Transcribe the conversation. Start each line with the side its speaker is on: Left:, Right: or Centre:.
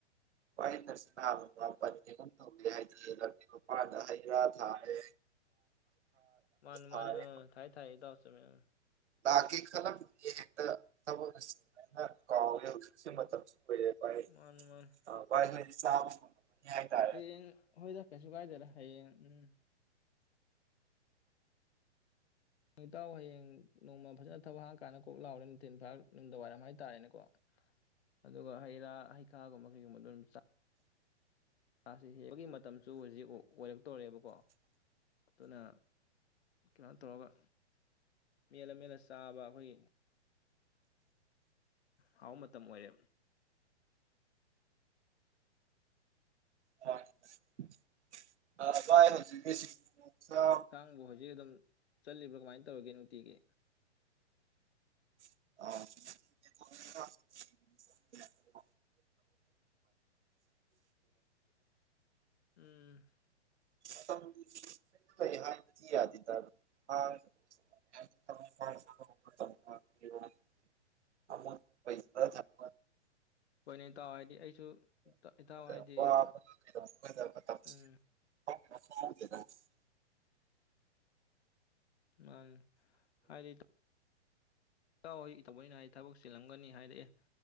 Right: ꯋꯥ ꯅꯔꯁꯤꯄꯟꯅꯤ ꯀꯝ ꯇꯧꯒꯦ ꯍꯥꯏꯗꯤ ꯃꯗ ꯍꯩꯔꯥ ꯊꯥꯔꯦ
Left: ꯃꯥꯅꯤ ꯃꯥꯅꯤ
Right: ꯐꯥꯏ
Left: ꯑꯥ ꯊꯥꯏ ꯊꯥꯏ ꯏꯇꯥꯎ ꯆꯨꯝꯃꯦ ꯑꯥ
Right: ꯂꯥꯛꯀꯦ ꯈꯜꯂꯝꯕꯅꯤ ꯍꯦꯛꯇ ꯊꯕꯛꯅ ꯁꯃꯥꯏꯅ ꯀꯥꯎꯋꯦ ꯍꯧꯖꯤꯛꯁꯨ ꯃꯇꯝꯁꯨ ꯑꯣꯏꯔꯦꯦ ꯍꯦꯏ
Left: ꯃꯥꯅꯤ ꯃꯥꯅꯤ
Right: ꯚꯥꯏ ꯍꯣꯏꯅ ꯆꯥꯕ ꯍꯥꯏꯇꯥꯔꯦ
Left: ꯍꯌꯦꯡ ꯍꯣꯏꯗ ꯀꯩꯁꯨ ꯀꯥꯏꯗꯦꯗ ꯍꯌꯦꯡ ꯎꯝ ꯏꯇꯥꯎ ꯍꯌꯦꯡ ꯅꯣꯡꯃ ꯐꯖꯅ ꯊꯕꯛ ꯍꯥꯡꯉꯀꯥꯟꯗ ꯀꯣꯛ ꯂꯥꯎꯔꯦ ꯅꯨꯡꯊꯤꯟ ꯐꯥꯔ ꯃꯤꯗꯥꯡ ꯋꯥꯏꯔꯝ ꯍꯥꯏꯇꯥꯔꯦꯅꯦꯀꯣ ꯑꯗꯨꯒ ꯍꯩ ꯔꯥ ꯍꯩꯈꯥꯒꯨꯝꯕ ꯀꯩꯒꯨꯝꯕ ꯑꯗꯨꯝ ꯃꯥꯥꯁꯤ ꯍꯦꯛꯕꯒꯤ ꯃꯇꯝꯁꯨ ꯍꯧꯖꯤꯛ ꯑꯣꯏꯔꯛꯇꯣꯔꯔꯦꯕꯀꯣ ꯑꯗꯨꯅ ꯀꯩꯅꯣ ꯇꯧꯔꯒ ꯃꯦꯜꯂ ꯃꯦꯜꯂ ꯆꯥꯕ ꯑꯩꯈꯣꯏꯒꯤ ꯍꯥꯎ ꯃꯇꯝ ꯑꯣꯏꯔꯦꯕ
Right: <unintelligible>
Left: ꯅꯪꯕꯨ ꯍꯧꯖꯤꯛ ꯑꯗꯨꯝ ꯆꯠꯂꯤꯕ꯭ꯔꯥ ꯀꯃꯥꯏꯅ ꯇꯧꯔꯤꯒꯦ ꯅꯨꯡꯇꯤꯒꯤ
Right: ꯑꯥ
Left: <inaudible> ꯎꯝ
Right: <unintelligible> <unintelligible>
Left: ꯍꯣꯏꯅꯦ ꯏꯇꯥꯎ ꯍꯥꯏꯗꯤ ꯑꯩꯁꯨ ꯏꯇꯥꯎ ꯍꯥꯏꯗꯤ
Right: <unintelligible>
Left: ꯎꯝ
Right: <unintelligible>
Left: ꯃꯥꯅꯤ ꯍꯥꯏꯗꯤ ꯏꯇꯥꯎꯍꯣꯏ ꯇꯧꯕꯅꯤꯅ ꯍꯥꯏ ꯊꯕꯛ ꯆꯤꯜꯂꯝꯒꯅꯤ ꯍꯥꯏꯔꯛꯑꯦ